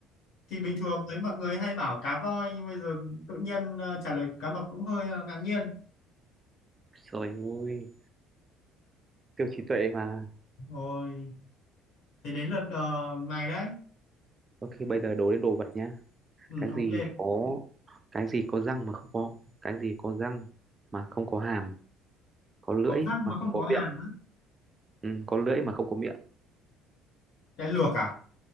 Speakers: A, on the left; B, on the right.
A: Thì bình thường thấy mọi người hay bảo cá voi nhưng bây giờ tự nhiên ờ, trả lời cá mập cũng hơi ờ, ngạc nhiên.
B: rồi ôi siêu trí tuệ mà
A: Rồi, thế đến lượt ờ, mày đấy.
B: ok bây giờ đố đến đồ vật nhá
A: Ừ,
B: cái
A: ok.
B: gì có cái gì có răng mà không có cái gì có răng mà không có hàm có lưỡi
A: Có răng
B: mà
A: mà
B: không
A: không
B: có
A: có hàm
B: miệng
A: á.
B: ừ, có lưỡi mà không có miệng
A: Cái lược à?